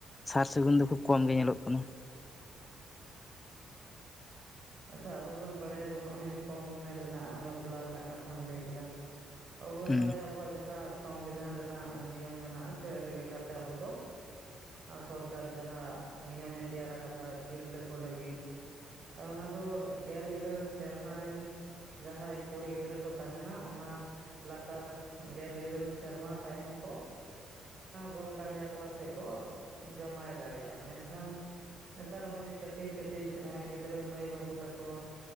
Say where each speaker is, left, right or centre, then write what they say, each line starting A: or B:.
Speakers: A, on the left (about 25°); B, on the right (about 50°).
A: ᱥᱟᱨ ᱥᱟᱹᱜᱩᱱ ᱫᱚ ᱠᱷᱩᱵ ᱠᱚᱢ ᱜᱮ ᱧᱮᱞᱚᱜ ᱠᱟᱱᱟ
B: ᱟᱪᱪᱷᱟ ᱟᱵᱚ ᱵᱚᱱ ᱵᱟᱲᱟᱭᱟ ᱡᱮ ᱱᱚᱜᱼᱚᱭ ᱡᱮ ᱠᱚᱢ ᱩᱢᱮᱨ ᱨᱮᱱᱟᱜ ᱵᱟᱯᱞᱟ ᱨᱮᱱᱟᱜ ᱠᱟᱛᱷᱟᱢ ᱞᱟᱹᱭ ᱠᱮᱫᱟ ᱟᱵᱚ ᱵᱚᱱ
A: ᱦᱩᱸ
B: ᱵᱟᱲᱟᱭᱟ ᱟᱵᱚᱣᱟᱜ ᱡᱟᱦᱟᱸ ᱥᱚᱝᱵᱤᱫᱷᱟᱱ ᱨᱮᱱᱟᱜ ᱱᱤᱭᱚᱢ ᱢᱮᱱᱟᱜᱼᱟ ᱥᱮ ᱟᱹᱨᱤ ᱞᱮᱠᱟᱛᱮ ᱟᱵᱚ ᱫᱚ ᱥᱚᱨᱠᱟᱨ ᱡᱟᱦᱟᱸ ᱱᱤᱭᱚᱢᱮ ᱛᱮᱭᱟᱨ ᱠᱟᱫᱟ ᱛᱤᱨᱞᱟᱹ ᱠᱚ ᱞᱟᱹᱜᱤᱫ ᱚᱱᱟ ᱫᱚ ᱜᱮᱞ ᱤᱨᱟᱹᱞ ᱥᱮᱨᱢᱟ ᱨᱮᱱ ᱡᱟᱦᱟᱸᱭ ᱠᱩᱲᱤ ᱜᱤᱫᱽᱨᱟᱹ ᱠᱚ ᱛᱟᱦᱮᱸᱱᱟ ᱚᱱᱟ ᱞᱟᱛᱟᱨ ᱜᱮᱞ ᱤᱨᱟᱹᱞ ᱥᱮᱨᱢᱟ ᱛᱟᱭᱚᱢ ᱠᱚ ᱜᱚᱝ ᱫᱟᱲᱮᱭᱟᱠᱚᱣᱟ ᱥᱮᱠᱚ ᱡᱟᱢᱟᱭ ᱫᱟᱲᱮᱭᱟᱜᱼᱟ ᱢᱮᱱᱠᱷᱟᱱ ᱱᱮᱛᱟᱨ ᱦᱚᱸᱜᱼᱚᱭ ᱡᱮ ᱠᱟᱹᱴᱤᱡᱼᱠᱟᱹᱴᱤᱡ ᱜᱤᱫᱽᱨᱟᱹ ᱢᱟᱹᱭ ᱵᱟᱹᱵᱩ ᱛᱟᱠᱚ